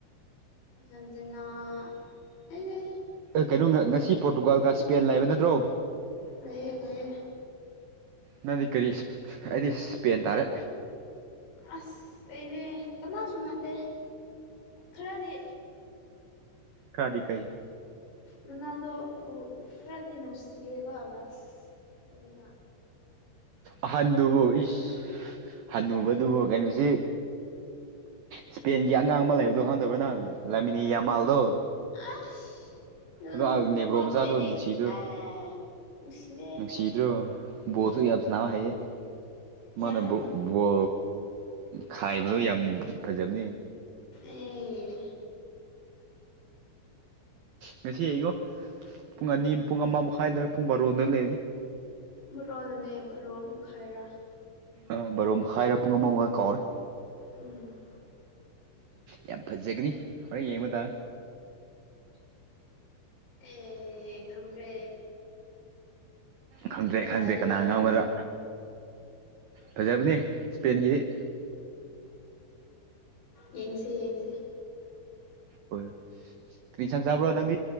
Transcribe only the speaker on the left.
ꯝꯁꯤꯅ ꯑꯩꯅꯦ
ꯂꯩꯌꯦ ꯂꯩꯌꯦ
ꯑꯁ ꯑꯦꯅꯦ ꯀꯅꯥ ꯁ ꯅꯠꯇꯦ ꯈꯔꯗꯤ
ꯑꯗꯨꯅꯗꯣ ꯐꯔꯥꯗꯤꯟꯅꯅꯨꯡꯁꯤꯦꯒꯂꯁ ꯅ
ꯑꯗꯨꯕꯨ
ꯑꯁ ꯅ
ꯅꯨꯄꯥꯕꯗꯤ
ꯑ ꯎꯁꯤꯗ
ꯌꯥꯗꯦ
ꯑꯦ
<inaudible>
ꯕꯣꯔꯣ ꯑꯗꯨꯅꯦ ꯕꯣꯔꯣ ꯃꯈꯨꯥꯏꯔꯣ
ꯎꯝ
ꯑꯦ ꯈꯪꯗ꯭ꯔꯦ
ꯐꯖꯒꯦꯔꯥ
ꯌꯦꯡꯁꯦ ꯌꯦꯡꯁꯦ